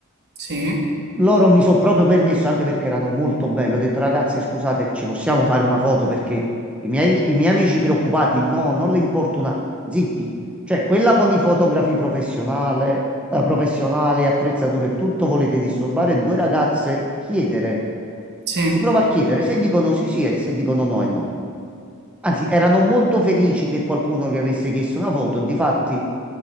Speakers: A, on the right; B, in the centre.
A: sì,
B: loro mi sono proprio permesso, anche perché erano molto belle, ho detto ragazze, scusate, ci possiamo fare una foto perché i miei, i miei amici preoccupati, no, non le importa una... Zitti, cioè quella con i fotografi professionale, eh, professionali, attrezzature e tutto, volete disturbare due ragazze, chiedere.
A: sì,
B: Si
A: è
B: prova a chiedere, se dicono sì sì e se dicono no è no. Anzi, erano molto felici che qualcuno gli avesse chiesto una foto. Difatti,